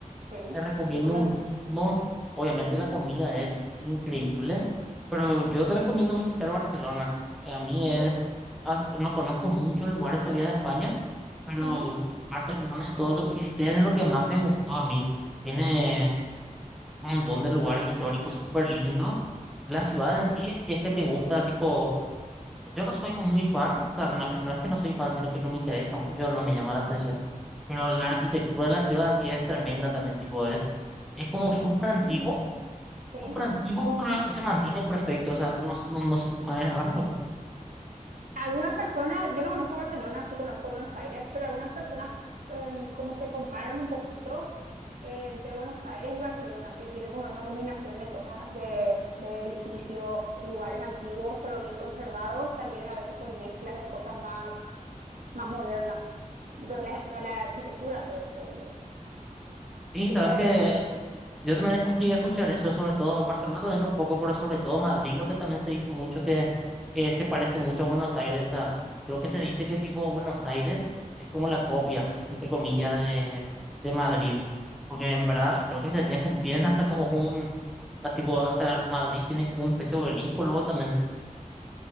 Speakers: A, on the right; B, in the centre.
A: Sí,
B: te recomiendo
A: tengo planeado.
B: muchísimo. Obviamente la comida es increíble, pero yo te recomiendo visitar Barcelona. Eh, A mí es,
A: Sí.
B: ah, no conozco muchos lugares todavía de España, pero
A: Ajá.
B: Barcelona, todo lo que visité es de lo que más me gustó a mí. Tiene un montón de lugares históricos súper lindos. La ciudad en sí, si es que te gusta, tipo, pues, yo no soy muy fan, o sea, no es, no es que no soy fan, sino que no me interesa mucho, no me llama la atención. Pero la arquitectura de la ciudad sí es tremenda también, tipo, es, es como súper
A: Ah,
B: antiguo,
A: mm, sí.
B: súper antiguo, pero se mantiene perfecto, o sea, no, no, no sé, es raro.
A: Algunas personas, yo no conozco Barcelona, sí conozco Buenos Aires, pero algunas personas em, como que comparan un poquito eh, entre Buenos Aires y Barcelona, que tiene como esa combinación de cosas, de, de edificios, lugares antiguos, pero bien conservados, también a veces con mezclas de cosas más más moderna, tipo de la, de la arquitectura, te, te digo.
B: Sí,
A: Así
B: sabes
A: que
B: que Yo también escu- llegué a escuchar eso, sobre todo en Barcelona también un poco, pero sobre todo Madrid, lo que también se dice mucho que, que se parece mucho a Buenos Aires. O sea, creo que se dice que tipo Buenos Aires es como la copia, entre comillas, de, de Madrid. Porque en verdad creo que se tienen, <laughs> tienen hasta como un, a tipo, hasta Madrid tiene como un especie de obelisco luego también.